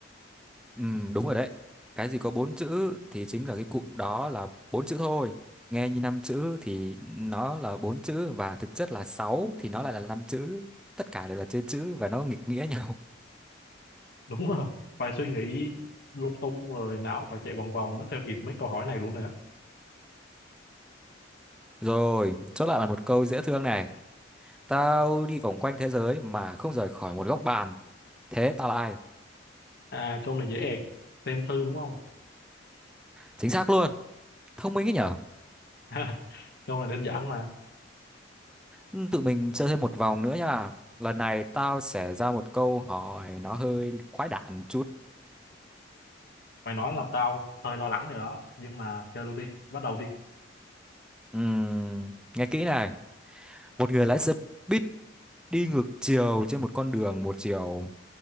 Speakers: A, in the centre; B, on the left.
A: Ừm, đúng rồi đấy. Cái gì có bốn chữ thì chính là cái cụm đó là bốn chữ thôi. Nghe như năm chữ thì nó là bốn chữ và thực chất là sáu thì nó lại là năm chữ. Tất cả đều là chơi chữ và nó nghịch nghĩa <laughs> nhau.
B: đúng rồi phải suy nghĩ lung tung rồi não phải chạy vòng vòng mới theo kịp mấy câu hỏi này luôn nữa
A: Rồi, chốt lại là một câu dễ thương này. Tao đi vòng quanh thế giới mà không rời khỏi một góc bàn. Thế tao là ai?
B: à câu này dễ ẹc xem thư đúng không
A: Chính xác luôn. Thông minh ấy nhở?
B: <laughs> câu này đơn giản mà
A: Ừ, Tụi mình chơi thêm một vòng nữa nha. Lần này tao sẽ ra một câu hỏi nó hơi quái đản chút.
B: mày nói là tao hơi lo lắng rồi đó nhưng mà chơi luôn đi bắt đầu đi
A: Ừm, nghe kỹ này. một người lái xe buýt đi ngược chiều trên một con đường một chiều